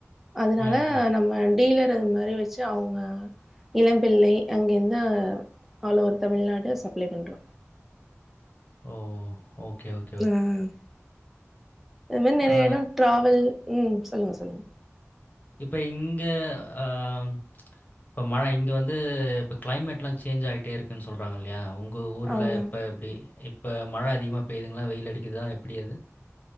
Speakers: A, in the centre; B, on the left.
A: அதனால
B: ம்ஹ்ம்.
A: நம்ம டீலர் அது மாரி வெச்சு அவுங்க இளம்பிள்ளை அங்கேந்து ஆல் ஓவர் தமிழ்நாடு சப்ளை பண்றோ
B: ஓ ஓகே ஓ
A: லாம் அத் மார்
B: அ
A: நெறைய எடோ ட்ராவல் ம் சொல்லுங்க சொல்லுங்க
B: இப்ப இங்க ஆ ம் இப்போ மழை இங்க வந்து இப்ப க்ளைமேட்லா சேஞ் ஆகிட்டே இருக்குன் சொல்றாங்க இல்லையா உங் ங்க ஊருல
A: ஆமா
B: எப்ப எப்டி இப்ப மழ அதிகமா பெய்துங்ளா வெயில் அடிக்குதா எப்படி அது